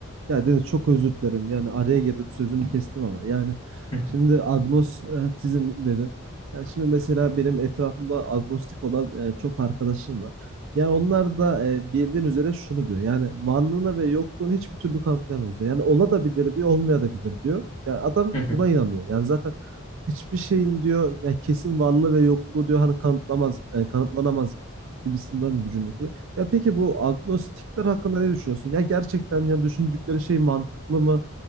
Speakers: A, on the right; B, on the left.
A: Ya Deniz çok özür dilerim. Yani araya girdim sözünü kestim ama. Yani
B: <laughs>
A: şimdi agnostizm dedin. Yani şimdi mesela benim etrafımda agnostik olan e, çok arkadaşım var. Yani onlar da e, bildiğin üzere şunu diyor. Yani varlığını ve yokluğunu hiçbir türlü kanıtlayamıyoruz diyor. Yani ola da bilir diyor, olmaya da bilir diyor. Ya adam
B: Hı hı.
A: buna inanıyor. Yani zaten hiçbir şeyin diyor ya kesin varlığı ve yokluğu diyor hani kanıtlamaz, e, kanıtlanamaz gibisinden bir cümle kuruyor. Ya peki bu agnostikler hakkında ne düşünüyorsun? Ya gerçekten ya düşündükleri şey mantıklı mı?